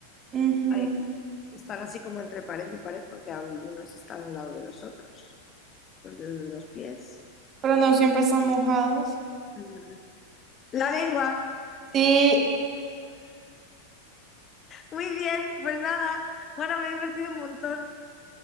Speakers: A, on the right (about 25°); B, on the left (about 25°).
A: ujú,
B: Ahí no. Están así como entre pared y pared porque algunos están a un lado de los otros. Los dedos de los pies.
A: Pero no siempre están mojados.
B: Mm. La lengua.
A: Sí,
B: Muy bien, pues nada. Juana, me he divertido un montón.